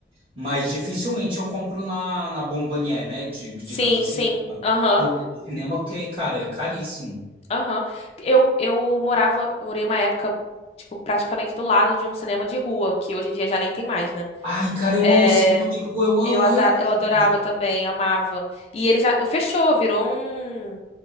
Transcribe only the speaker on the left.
Sim,
sim. Aham.
Aham. Eu, eu morava, morei uma época, tipo, praticamente do lado de um cinema de rua, que hoje em dia já nem tem mais, né?
É,
eu, ada-
eu
adorava
também, amava. E ele já fechou, virou um.